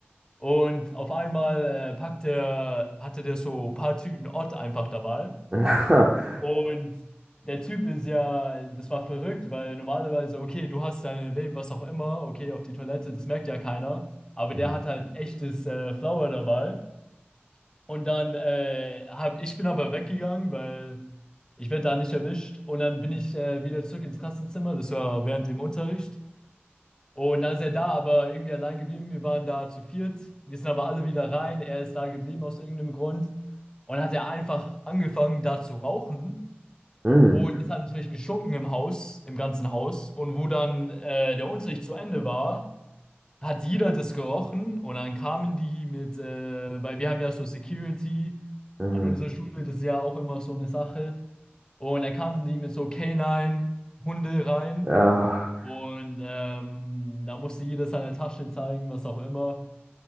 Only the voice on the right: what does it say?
<laughs>
Mhm.
Mhm.
Mhm.
Ah.